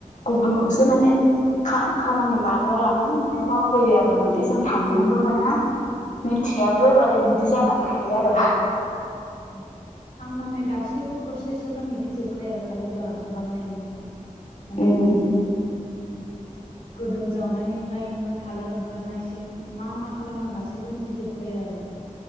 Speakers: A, on the left (about 65°); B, on the left (about 85°).
A: गुबुनखौसो
B: औ
A: माने खाम-खामानि लाग्रा लानानै माने मावहोयो आरो। आरो माने जों थांनोबो मोना मिथियाबो माने बिदि जानानै थायो आरो।
B: उम आं माने गासैबो प्रसेसखोनो मिथिजोबखायो आरो थालिर बागान खालामनायनि। माने
A: उम
B: गोदों जावनायनिफ्रायनो थालिर ओंखारनायसिम मा मा खालामना गासैबो मिथिजोबखायो आरो। <inaudible>